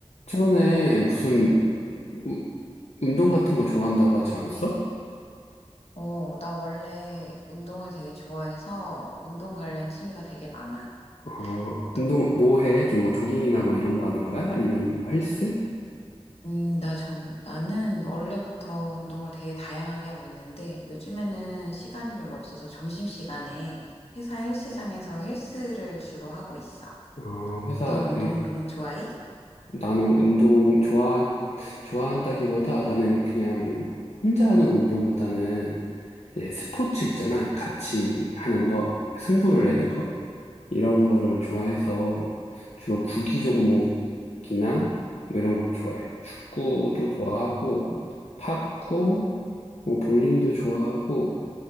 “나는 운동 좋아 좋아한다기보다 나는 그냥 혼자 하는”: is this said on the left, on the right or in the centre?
Left